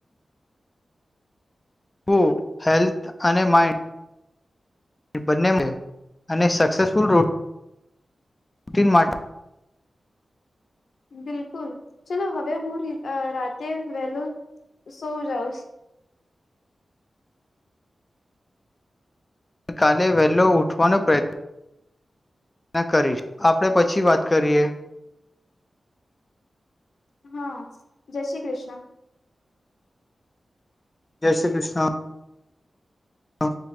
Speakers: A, on the left (about 25°); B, on the left (about 75°).
A: તો હેલ્થ અને માઇન્ડ બંને અને સક્સેસફુલ રોટીન મા
B: બિલકુલ ચલો હવે હું અ રાતે વહેલો સૌ જાઉશ
A: કાલે વહેલો ઉઠવાનો પ્રયત્ન કરીશ આપણે પછી વાત કરીએ
B: હા જય શ્રી કૃષ્ણ
A: જય શ્રી કૃષ્ણ હા